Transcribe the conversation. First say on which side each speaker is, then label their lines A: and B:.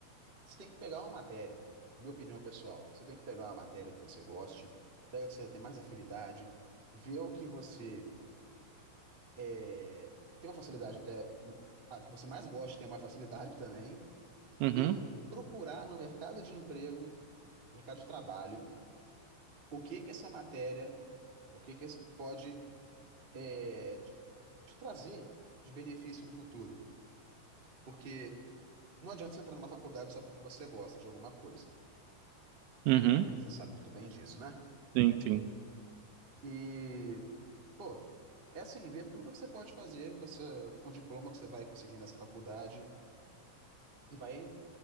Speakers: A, on the right; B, on the right.
A: você tem que pegar uma matéria, minha opinião pessoal, você tem que pegar uma matéria que você goste, pega que você tem mais afinidade, vê o que você é, ter uma facilidade até a que você mais gosta, ter mais facilidade <laughs> também,
B: Uhum,
A: e procurar no mercado de emprego, mercado de trabalho, o que que essa matéria, o que que esse- pode é, te te trazer de benefício no futuro. Porque não adianta você entrar numa faculdade só porque você gosta de alguma coisa.
B: uhum,
A: Você sabe muito bem disso, né?
B: sim, sim.
A: E, pô, é assim, ver tudo que você pode fazer com essa, com o diploma que você vai conseguir nessa faculdade e vai,